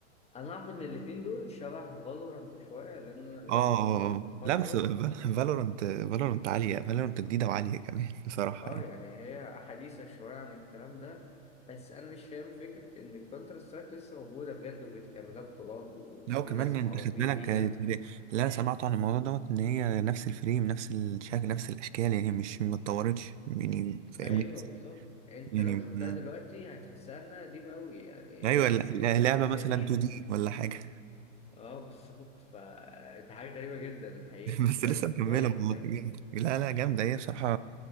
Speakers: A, on the left; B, on the right.
A: أنا أعرف إن الاتنين دول شبه فالورانت شوية لأن أنا
B: اه
A: لعبت فالورانت
B: اه آه. لا
A: فترة
B: بس فالورنت فالورنت عالية فالورنت جديدة وعالية كمان <laughs> بصراحة
A: أه
B: يعني
A: يعني هي حديثة شوية عن الكلام ده بس أنا مش فاهم فكرة إن الكونتر سترايك لسه موجودة بجد وبتعملها بطولات وفي
B: لا وكمان
A: ناس
B: يعني
A: معروفين
B: انت خد بالك
A: بيها
B: اللي انا سمعته عن الموضوع دوت ان هي نفس الفريم نفس الشكل نفس الاشكال يعني مش ما اتطورتش يعني فاهمني
A: ايوه بالظبط انت
B: يعني
A: لو شفتها
B: م-
A: دلوقتي هتحسها انها قديمه قوي يعني
B: ايوه
A: نفس
B: ال-
A: الجرافيكس
B: لعبة مثلا
A: قديم
B: 2 دي ولا حاجة
A: اه بالظبط فدي حاجه غريبه جدا الحقيقه
B: <laughs> بس لسه
A: بس كويس
B: مكملة والله
A: يعني
B: جامدة لا لا جامدة هي بصراحة